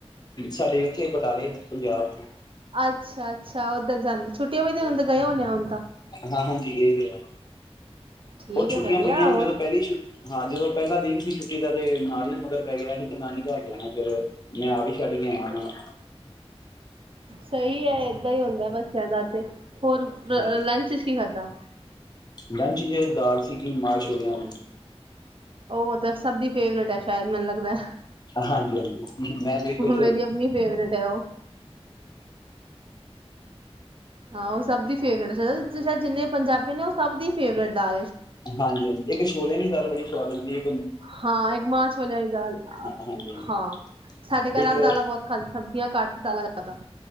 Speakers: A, on the left (about 40°); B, on the right (about 55°).
A: ਸਾਡੇ ਉੱਥੇ ਬਟਾਲੇ, ਪੰਜਾਬ ਚ,
B: ਅੱਛਾ-ਅੱਛਾ, ਉੱਧਰ ਜਾਂਦੇ ਛੁੱਟੀਆਂ ਗਏ ਹੋਣੇ ਆ ਹ
A: ਹਾਂ ਹਾਂਜੀ ਗਏ ਹੋਏ ਆ,
B: ਠੀਕ
A: ਉਹ ਛੁੱਟੀਆਂ
B: ਹੈ ਵਧੀਆ
A: ਪਈਆਂ
B: ਹੋਰ
A: ਸੀ ਜਦੋਂ ਪਹਿਲੀ ਛੁੱ ਹਾਂ ਜਦੋਂ ਪਹਿਲਾ ਦਿਨ ਸੀ ਛੁੱਟੀ ਦਾ ਤੇ ਨਾਲ ਹੀ। ਮਗਰ ਪੇ ਗਏ ਕੀ ਨਾਨੀ ਘਰ ਜਾਣਾ ਫਿਰ, ਮੈਂ ਆਪ ਹੀ ਛੱਡ ਕੇ ਆਇਆ ਉਹਨਾ ਨੂੰ
B: ਸਹੀ ਹੈ ਏਦਾਂ ਹੀ ਹੁੰਦਾ ਬੱਚਿਆਂ ਦਾ ਤੇ, ਹੋਰ
A: ਨੂੰ
B: ਲੰਚ ਚ ਕੀ ਖਾਧਾ?
A: ਲੰਚ ਜ ਦਾਲ ਸੀਗੀ ਮਾਹ ਛੋਲੀਆ ਦੀ,
B: ਉਹ ਤਾਂ ਸਭ ਦੀ ਫੇਵਰੇਟ ਹੈ ਸ਼ਾਇਦ ਮੈਨੂੰ ਲੱਗਦਾ।
A: ਹਾਂਜੀ ਹਾਂਜੀ ਮੈਂ ਬਿਲਕੁਲ
B: ਮੇਰੀ
A: ਕੁੱਛ
B: ਆਪਣੀ ਫੇਵਰੇਟ ਹੈ ਉਹ ਹਾਂ ਉਹ ਸਭ ਦੀ ਫੇਵਰੇਟ ਜਿੰਨੇ ਪੰਜਾਬੀ ਨੇ ਉਹ ਸਭ ਦੀ ਫੇਵਰੇਟ ਆ
A: ਹਾਂਜੀ ਹਾਂਜੀ ਇੱਕ ਛੋ਼ਲਿਆ ਨ ਗੱਲ ਬੜੀ ਸਵਾਦ ਹੁੰਦੀ ਏ
B: ਹਾਂ ਇੱਕ ਮਾਹ ਛੋਲਿਆ ਦੀ ਦਾਲਾਂ
A: ਹਾਂ ਹਾਂਜੀ ਹਾਂਜੀ
B: ਹਾਂ ਸਾਡੇ ਘਰ
A: ਇੱਕ
B: ਦਾਲਾਂ ਬਹੁਤ ਖਾਲ ਸਬਜ਼ੀਆਂ ਘੱਟ ਦਾਲ ਜਿਆਦਾ